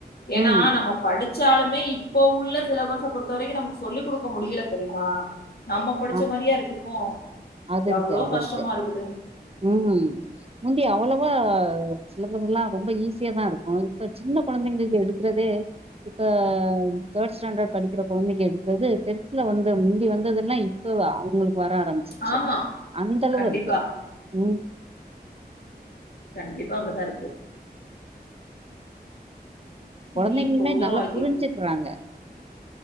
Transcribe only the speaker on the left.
எனா
நம்ம படிச்சாலுமே இப்போ உள்ள சிலபஸ பொறுத்த வரிக்கு நமக்கு சொல்லி குடுக்க முடியல தெரியுமா நம்ம படிச்ச
மாரியா இருக்கு இப்போ
அவ்வளோ
கஷ்டமா
இருக்குது
ஆமா
கண்டிப்பா
கண்டிப்பா அப்டிதா இருக்து சரி
இப்போ உள்ள
வாழ்க்கைக்கு